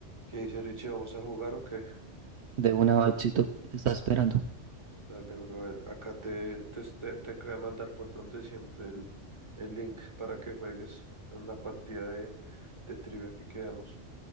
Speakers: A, on the right; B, on the right.
A: ¿Qué dice Richie? ¿Vamos a jugar o qué?
B: De una bachito te está esperando.
A: Dale, brother. Acá te, te, te, te acabo de mandar por donde siempre el, el link para que juegues en la partida de, de trivia que quedamos.